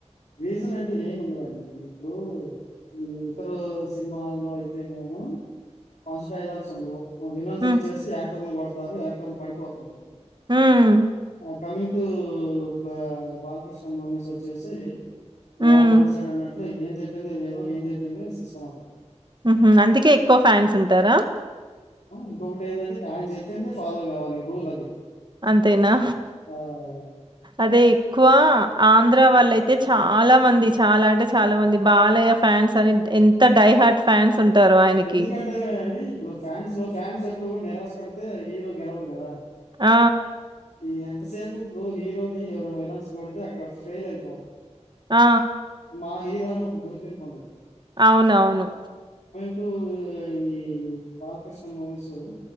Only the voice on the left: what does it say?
రీజన్ అంటే ఏమి ఉండదండి ఇప్పుడు ఈ ఇతర సినిమాల్లో అయితేనేమో పంచ్ డైలాగ్స్ ఉండవు. విలన్స్
వచ్చేసి యాక్టర్లను కోడు వాళ్ళు యాక్టర్ పడిపోతుంటారు.
ఆ కాని ఇటు బ బాలకృష్ణ మూవీస్ వచ్చేసి
వార్ వన్ సైడ్ అన్నట్లు ఏం చెప్పింది వేదం ఏం చెప్పింది సిస్టమాటిక్,
ఇంకొకటి ఏందింటే ఆయన చెప్పింది ఫాలో కావాలి రూల్ అది.
ఆహ్,
ఎందుకంటే ఆండీ ఇప్పుడు ఫ్యాన్స్ లో ఫ్యాన్స్ ఎప్పుడు గూడ నిరాశపడితే హీరో గెలవడు కదా
ఈ ఎంతసేపు ఇప్పుడు హీరోని ఎవరైనా విలన్స్ కొడితే అక్కడ ఫెయిల్ అయిపోతుంది
మా హీరో అని ఒక గుర్తింపు ఉండదు
ఇఈ బాలకృష్ణ మూవీసు